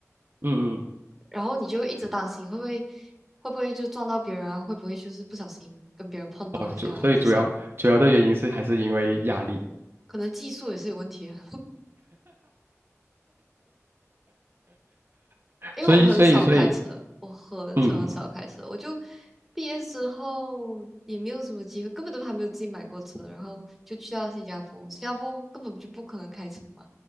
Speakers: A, on the right; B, in the centre.
A: 嗯嗯，
B: 然后你就一直担心会不会会不会就撞到别人啊，会不会就是不小心跟别人碰到一下这些，
A: 哦，主所以主要主要的原因是还是因为压力，
B: 可能技术也是有问题。啊。
A: <laughs>
B: 因为我很少开车，
A: 所以所以所以，
B: 我很少很少开车，
A: 嗯，
B: 我就毕业之后也没有什么机会，根本都还没有自己买过车，然后就去到新加坡，新加坡根本就不可能开车嘛，